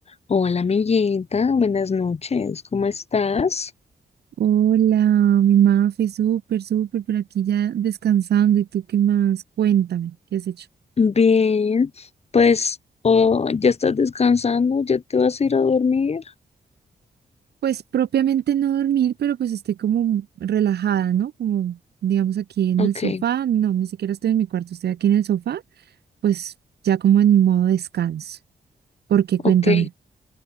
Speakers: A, on the left; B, on the right.
A: Hola, amiguita, buenas noches, ¿cómo estás?
B: Hola, mi Mafe, súper, súper, por aquí ya descansando. ¿Y tú qué más? Cuéntame, ¿qué has hecho?
A: Bien, pues, oh, ¿ya estás descansando? ¿Ya te vas a ir a dormir?
B: Pues propiamente no dormir, pero pues estoy como relajada, ¿no? Como digamos aquí en
A: Ok,
B: el sofá, no, ni siquiera estoy en mi cuarto, estoy aquí en el sofá, pues ya como en modo descanso. ¿Por qué?
A: ok,
B: Cuéntame.